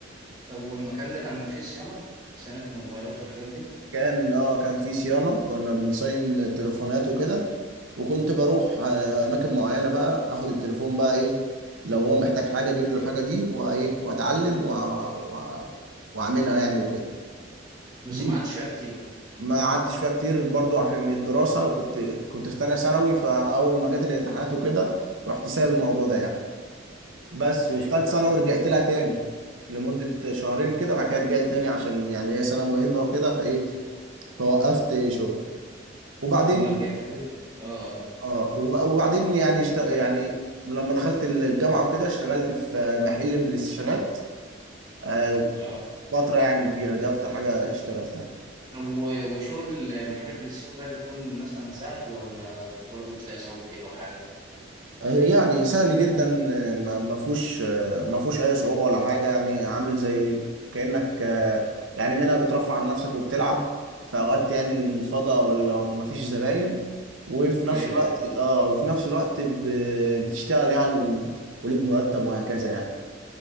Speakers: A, on the right (about 20°); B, on the right (about 90°).
A: طب والمكان ده كان فيه صيانة صيانة موبايلات والحاجات
B: كان اه كان في صيانه كنا بنصين تليفونات وكده وكنت بروح آه
A: دي
B: اماكن معينه بقى اخد التليفون بقى ايه لو هو محتاج حاجه اجيب له الحاجه دي وايه واتعلم وأ- وأ- واعملها يعني وكده
A: بس
B: دي
A: ما قعدتش فيها كتير
B: ما قعدتش فيها كتير برضو عشان الدراسة كنت كنت في تانية ثانوي فأول ما جت الامتحانات وكده رحت سايب الموضوع ده
A: مم.
B: يعني بس
A: ايوه
B: وفي تالتة
A: ايوه
B: ثانوي رجعت لها تاني لمدة شهرين كده بعد كده رجعت تاني عشان يعني هي سنة مهمة وكده فإيه فوقفت شغل وبعدين
A: وما رجعت لها اه
B: اه وب- وبعدين يعني اشت... يعني لما دخلت الجامعة وكده اشتغلت في محل بلاي ستيشنات آه،
A: اه اه
B: فترة يعني كبيرة دي أكتر حاجة اشتغلتها
A: طب و- وشغل محل البلاي ستيشن ده بيكون مثلا سهل ولا بت- برضه بتلاقي صعوبة فيه او حاجة
B: آه، يعني سهل جدا آه، ما ما فيهوش آه، ما فيهوش اي صعوبه ولا حاجه يعني عامل زي كانك آه، يعني منها بترفع عن نفسك وبتلعب في اوقات يعني الفضاء او لو ما فيش زباين وفي نفس
A: ايوه
B: الوقت
A: ايوه
B: اه وفي نفس الوقت ب- بتشتغل يعني و- وليك مرتب وهكذا يعني